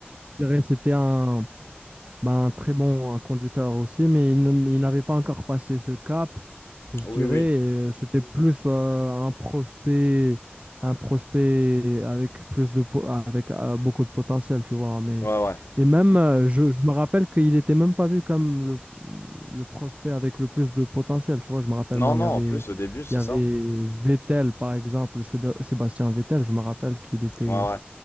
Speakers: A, on the right; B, on the left.
A: je dirais, c'était un, ben, un très bon euh, conducteur aussi, mais il, n- il n'avait pas encore passé ce cap, je
B: Oui,
A: dirais.
B: oui.
A: et, euh, C'était plus euh, un prospect, un prospect avec plus de po- avec euh, beaucoup de potentiel, tu vois. Mais
B: Ouais, ouais.
A: et même, euh, je, je me rappelle qu'il était même pas vu comme le, le prospect avec le plus de potentiel, tu vois. Je me rappelle
B: Non,
A: moi,
B: non,
A: il y avait
B: en plus, au début, c'est
A: il y avait
B: ça.
A: Vettel par exemple, Séba- Sébastien Vettel. Je me rappelle qu'il était
B: Ouais, ouais.